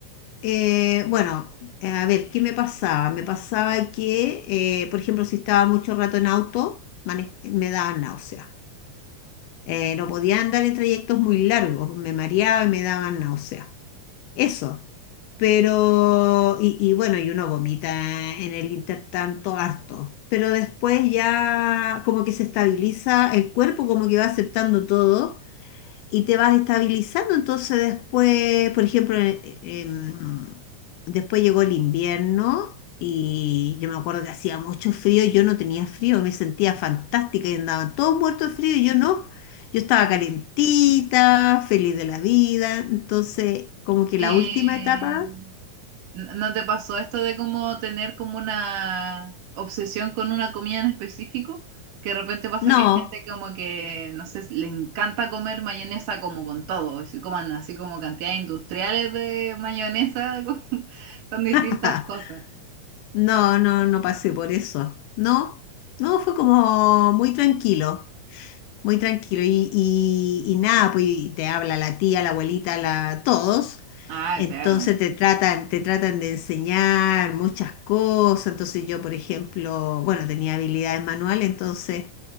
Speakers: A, on the left (about 85°); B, on the right (about 80°).
A: eh, bueno, eh, a ver, ¿qué me pasaba? Me pasaba que, eh, por ejemplo, si estaba mucho rato en auto, mane- me daban náuseas. Eh, no podía andar en trayectos muy largos, me mareaba y me daban náuseas. Eso. Pero, y, y bueno, y uno vomita en el intertanto harto. Pero después ya como que se estabiliza el cuerpo, como que va aceptando todo y te vas estabilizando. Entonces después, por ejemplo, eh, em, después llegó el invierno y yo me acuerdo que hacía mucho frío, yo no tenía frío, me sentía fantástica y andaban todos muertos de frío y yo no. Yo estaba calentita, feliz de la vida. Entonces, como que
B: Y
A: la última etapa,
B: ¿No no te pasó esto de como tener como una obsesión con una comida en específico? Que de repente pasa
A: no,
B: que hay gente como que, no sé, le encanta comer mayonesa como con todo, y se coman así como cantidades industriales de mayonesa <laughs> con, con distintas
A: <laughs>
B: cosas.
A: no, no, no pasé por eso. No, no, fue como muy tranquilo. Muy tranquilo. Y, y- y nada, pues y te habla la tía, la abuelita, la, todos.
B: Ah,
A: Entonces
B: claro.
A: te tratan, te tratan de enseñar muchas cosas. Entonces yo, por ejemplo, bueno, tenía habilidades manuales, entonces